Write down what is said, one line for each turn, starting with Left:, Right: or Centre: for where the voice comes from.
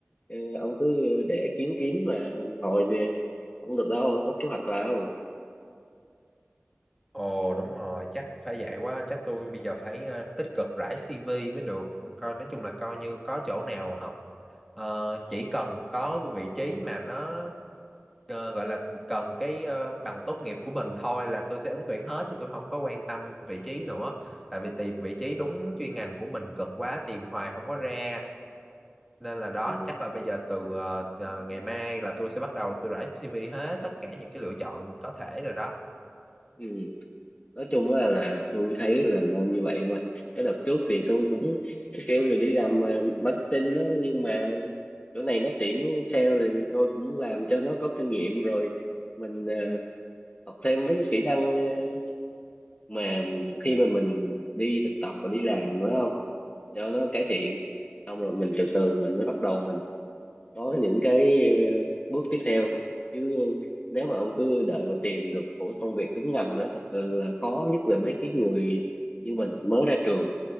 Left: ờ, ông cứ để kiếm kiếm là hồi về không được đâu phải có kế hoạch vào.
Centre: Ồ đúng rồi, chắc phải vậy quá, chắc tôi bây giờ phải ờ, tích cực rải CV mới được. Coi nói chung là coi như có chỗ nào hợp Ờ, chỉ cần có vị trí mà nó ờ, gọi là cần cái ờ, bằng tốt nghiệp của mình thôi là tôi sẽ ứng tuyển hết chứ tôi không có quan tâm vị trí nữa. Tại vì tìm vị trí đúng chuyên ngành của mình cực quá, tìm hoài không có ra. Nên là đó,
Left: Ừ.
Centre: chắc là bây giờ từ ờ, ờ, ngày mai là tôi sẽ bắt đầu tôi rải CV hết tất cả những cái lựa chọn có thể rồi đó.
Left: Ừ. nói chung là, là tôi thấy là nên như vậy mà cái đợt trước thì tôi cũng kêu là đi làm ờ, marketing đó nhưng mà chỗ này nó tuyển sale thì tôi cũng làm cho nó có kinh nghiệm rồi mình ờ, học thêm mấy cái kỹ năng ờ, mà khi mà mình đi thực tập và đi làm phải không cho nó cải thiện xong rồi mình từ từ mình mới bắt đầu mình có những cái ờ, bước tiếp theo chứ nếu mà ông cứ đợi mà tìm được một cái công việc đúng ngành đó thật sự là khó nhất là mấy cái người như mình mới ra trường